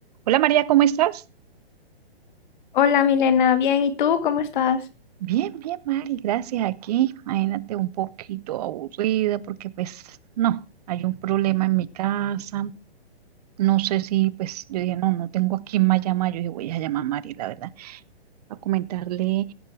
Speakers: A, on the right; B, on the left.
A: Hola María, ¿cómo estás?
B: Hola Milena, bien, ¿y tú cómo estás?
A: Bien, bien, Mari, gracias. Aquí, imagínate un poquito aburrida porque pues no, hay un problema en mi casa. No sé si pues yo dije, no, no tengo a quién más llamar. Yo dije, voy a llamar a Mari, la verdad, a comentarle.